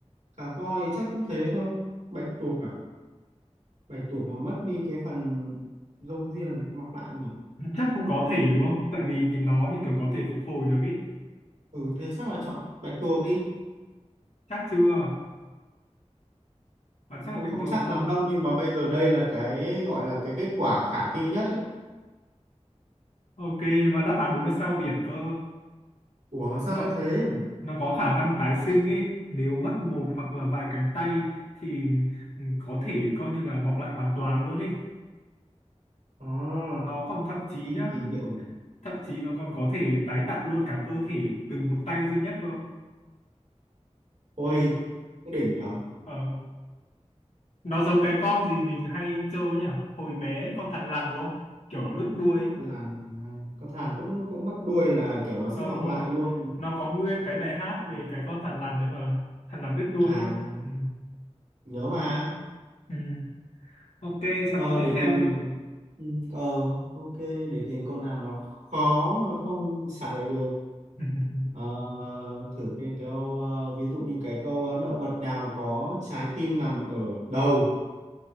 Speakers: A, on the right; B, on the left.
A: cá voi thì chắc cũng thế thôi bạch tuộc à bạch tuộc mà mất đi cái phần râu ria thì mọc lại không nhỉ
B: Chắc cũng có thể đúng không? Tại vì nhìn nó như kiểu có thể phục hồi được ý.
A: Ừ thế chắc là chọn bạch tuộc đi
B: Chắc chưa? Và chắc
A: cũng
B: là bạch
A: không
B: tuộc
A: chắc
B: không?
A: lắm đâu nhưng mà bây giờ đây là cái gọi là cái kết quả khả thi nhất ấy
B: Ok, nhưng mà đáp án đúng là sao biển cơ.
A: Ủa sao
B: Nó
A: lại thế
B: nó có khả năng tái sinh ý. Nếu mất một hoặc là vài cánh tay thì ừ, có thể coi như là mọc lại hoàn toàn luôn ý.
A: à,
B: Nó còn thậm chí
A: kinh
B: nhá
A: kỳ diệu nhỉ
B: thậm chí nó còn có thể tái tạo luôn cả cơ thể từ một tay duy nhất cơ
A: ôi
B: kinh chưa
A: cái đỉnh nhở
B: ờ. nó giống cái con gì mình hay chơi nhỉ hồi bé con thằn lằn đúng không kiểu nó đứt đuôi ấy.
A: Con làn à, có thàn cũng cũng mất đuôi là kiểu nó sẽ
B: ờ
A: mọc
B: đúng rồi
A: lại luôn
B: nó có nguyên cái bài hát về cái con thằn lằn đấy mà thằn lằn đứt đuôi
A: à
B: ấy. Ừ.
A: nhớ mà
B: Ừ. ok
A: ờ,
B: sang câu tiếp
A: để
B: theo
A: tìm
B: đi
A: ờ, ừ, ờ ok để tìm câu nào nó khó mà không trả lời được
B: <laughs>
A: Ờ, thử cái câu ờ, ví dụ như cái câu ờ, động vật nào có trái tim nằm ở đầu